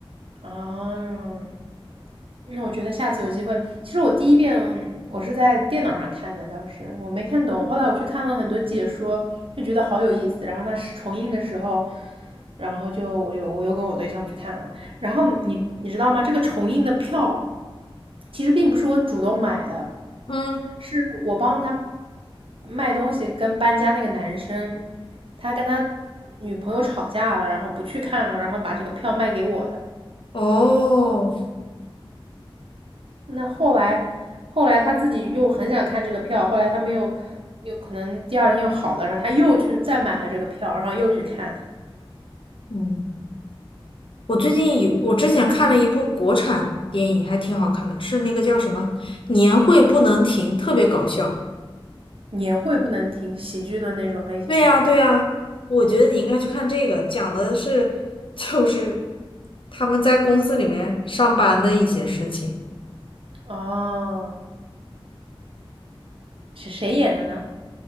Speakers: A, on the right (about 70°); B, on the left (about 65°).
A: 啊，那我觉得下次有机会，其实我第一遍我是在电脑上看的，当时我没看懂，后来我去看了很多解说，就觉得好有意思。然后那是重映的时候，然后就我又我又跟我对象去看了。然后你你知道吗？这个重映的票其实并不是我主动买的，
B: 嗯，
A: 是我帮他卖东西跟搬家那个男生，他跟他女朋友吵架了，然后不去看了，然后把这个票卖给我的。
B: 哦，
A: 那后来，后来他自己又很想看这个票，后来他们又又可能第二天又好了，然后他又去再买了这个票，然后又去看
B: 嗯，我最近有，我之前看了一部国产电影，还挺好看的，是那个叫什么《年会不能停》，特别搞笑。
A: 年会不能停喜剧的那种类型吗？
B: 对呀，对呀，我觉得你应该去看这个，讲的是就是他们在公司里面上班的一些事情。
A: 哦，是谁演的呢？